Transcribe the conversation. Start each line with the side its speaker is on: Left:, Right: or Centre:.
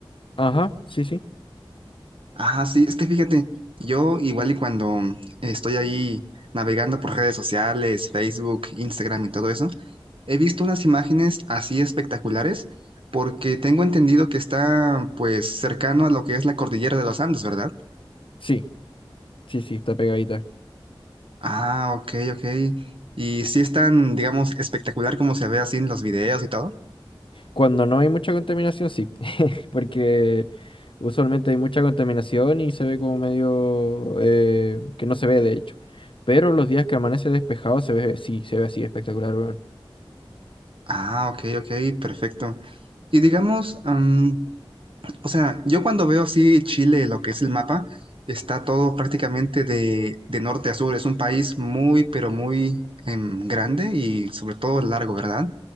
Left: Ajá, sí, sí.
Right: Ah, sí, es que fíjate, yo igual y cuando mm, estoy ahí navegando por redes sociales, Facebook, Instagram y todo eso, He visto unas imágenes así espectaculares porque tengo entendido que está pues cercano a lo que es la cordillera de los Andes, ¿verdad?
Left: Sí, sí, sí, está pegadita.
Right: Ah, ok, ok. Y sí es tan, digamos, espectacular como se ve así en los videos y todo.
Left: Cuando no hay mucha contaminación, sí. <laughs> Porque usualmente hay mucha contaminación y se ve como medio eh, que no se ve, de hecho. Pero los días que amanece despejado se ve, sí, se ve así espectacular, weón.
Right: Ah, ok, ok, perfecto. Y digamos, mm, o sea, yo cuando veo así Chile, lo que es el mapa, está todo prácticamente de, de norte a sur. Es un país muy, pero muy em, grande y sobre todo largo, ¿verdad?